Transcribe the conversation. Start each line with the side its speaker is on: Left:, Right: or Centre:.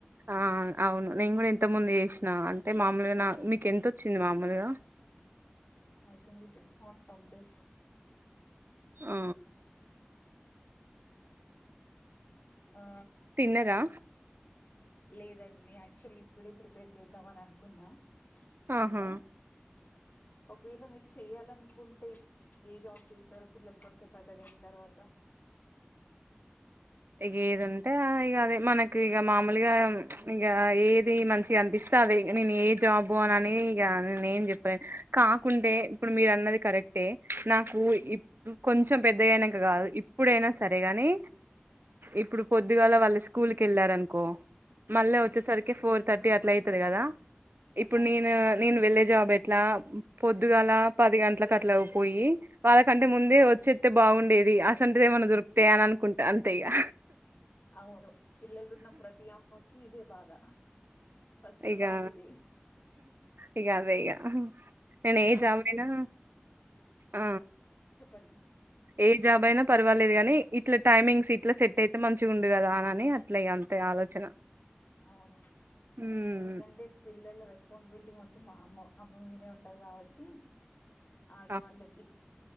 Right: ఆ అవును నేను కూడా ఇంతక్ ముందు చేశినా అంటే మాములుగా నా మీక్ ఎంతొచ్చింది మాములుగా.
Left: I think was it hot of this
Right: ఆ
Left: ఆ
Right: తిన్నరా.
Left: లేదండి యాక్చువల్లీ ఇప్పుడే ప్రిపేర్ చేద్దాం అని అనుకున్నా.
Right: ఆహా.
Left: వంట. ఒకవేళ మీర్ చెయ్యాలనుకుంటే ఏ జాబ్ చేస్తారు పిల్లలు కొంచెం పెద్దగయిన్ తర్వాత.
Right: ఇగ ఏదుంటే ఆ ఇగ అదే. మనకు ఇగ మామూలుగా ఇగా ఏదీ మంచిగ అనిపిస్తే అదే. నేన్ ఏ జాబు అని అనీ ఇగా న నేన్ చెప్పలేన్. కాకుంటే ఇప్పుడు మీరు అన్నది కరెక్టే, నాకూ ఇప్పు కొంచెం పెద్దగయినంక గాదు ఇప్పుడైనా సరేగానీ. ఇప్పుడు పొద్దుగాల వాళ్ళు స్కూల్కి ఎళ్ళారనుకో, మళ్ళా
Left: హ్మ్
Right: వచ్చేసరికే ఫోర్ థర్టీ అట్లా అయితది కదా. ఇప్పుడు
Left: అవును.
Right: నేనూ నేను వెళ్లే జాబ్ ఎట్లా, పొద్దుగాలా పది గంటలకట్లా పోయ్యీ, వాళ్ళకంటే ముందే వచ్చే త్తే బాగుండేది, అసంటిది ఏమన్న దొరుకుతే అని అనుకుంటా. అం తే ఇగా.
Left: అవును పిల్లలున్న ప్రతీ అమ్మక్ కీ ఇదే బాధ. ఫస్ట్
Right: ఇగా,
Left: బాధ ఇదే
Right: ఇగ అదే ఇగ అహా నేన్ ఏ
Left: వాళ్ళ
Right: జాబ్ ఐనా ఆ
Left: పడింది
Right: ఏ జాబ్ అయినా పర్వాలేదు గాని ఇట్ల టైమింగ్స్ ఇట్లా సెట్ అయితే మంచిగా ఉండడు కదా అని అని అట్లా ఇగ ఆలోచన
Left: అవును
Right: హ్మ్
Left: ఎందుకంటే పిల్లల రెస్పాన్సిబిలిటీ మొత్తం మా అమ్మ అమ్మ మీదే ఉంటుంది కాబ టి ఆడవాళ్ళకి
Right: ఆ